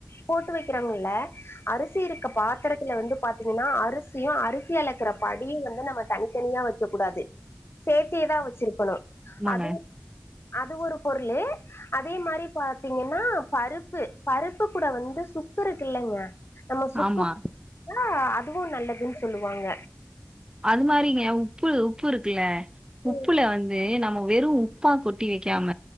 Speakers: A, on the left; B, on the right.
A: போட்டு வைக் <unintelligible> அரிசி இருக்க பாத்திரத்தில வந்து பாத்தீங்கன்னா அரிசியு அரிசி அழக்குற படியு வந்து நம்ம தனித்தனியா வச் இருக்க கூடாது சேத்தியதா வச்சிருக்கணு
B: ஆமாங்க
A: அது அது ஒரு பொருளு அதே மாறி பாத்தீங்கன்னா பருப்பு பருப்பு கூட வந்து சுக் சுக்குருக்கு இல்லேங்க நம்ம சுக்குப்
B: ஆமா
A: அ அதுவும் நல்லதுன்னு சொல்லுவாங்க
B: அது மாதிரிங்க உப்பு உப்பு இருக்குல்ல உப்புல
A: ம்,
B: வந்து நம்ம வெறும் உப் உப்பா கொட்டி வைக்காம